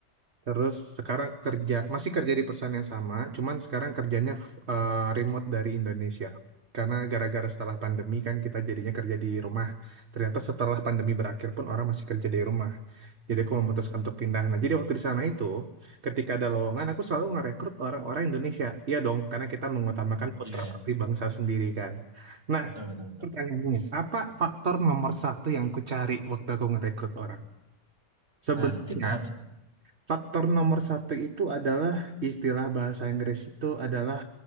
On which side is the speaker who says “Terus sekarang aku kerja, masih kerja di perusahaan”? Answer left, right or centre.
Right